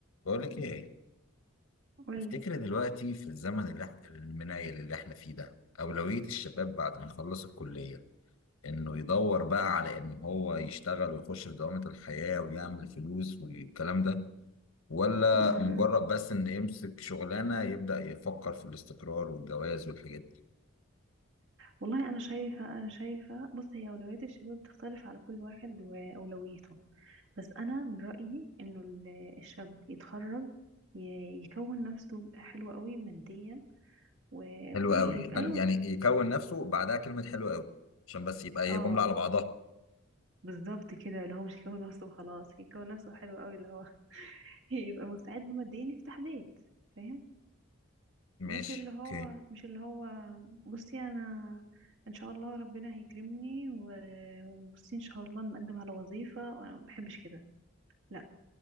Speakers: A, on the left (about 80°); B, on the right (about 60°).
A: بقول لك ايه
B: قولي
A: تفتكر دلوقتي في الزمن اللي إح- المنايل اللي احنا فيه ده اولوية الشباب بعد ما يخلص الكلية انه يدور بقى على ان هو يشتغل ويخش في دوامة الحياة ويعمل فلوس والكلام ده ولا
B: م- م.
A: مجرد بس ان يمسك شغلانة يبدأ يفكر في الاستقرار والجواز والحاجات دي
B: والله انا شايفه انا شايفه بص هي اولويات الشباب بتختلف على كل واحد واولويته بس انا من رايي انه ال- الشاب يتخرج ي- يكون نفسه حلو قوي ماديا و-
A: حلو قوي
B: ويبقى
A: حلو
B: له
A: يعني يكون نفسه بعدها كلمة حلو قوي عشان بس يبقى هي
B: اه
A: جملة على بعضها
B: بالظبط كده اللي هو مش يكون نفسه وخلاص يكون نفسه حلو قوي اللي هو <laughs> يبقى مستعد ماديا يفتح بيت فاهم
A: ماشي
B: مش اللي هو
A: اوكي
B: مش اللي هو بصي انا ان شاء الله ربنا هيكرمني و- وبصي ان شاء الله نقدم على وظيفة وانا ما بحبش كده لا